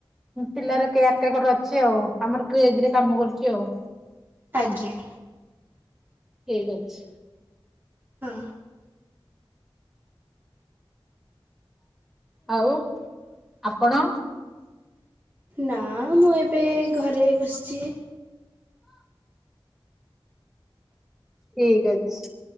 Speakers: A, in the centre; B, on the right.
A: ପିଲାର କେୟାର ଟେକର ଅଛି ଆଉ ଆମର କ୍ରେଜରେ କାମ କରୁଛି ଆଉ।
B: ଆଜ୍ଞା
A: ଠିକ୍ ଅଛି
B: ହଁ
A: ଆଉ ଆପଣ?
B: ନା ମୁଁ ଏବେ ଘରେଇ ବସିଛି।
A: ଠିକ ଅଛି।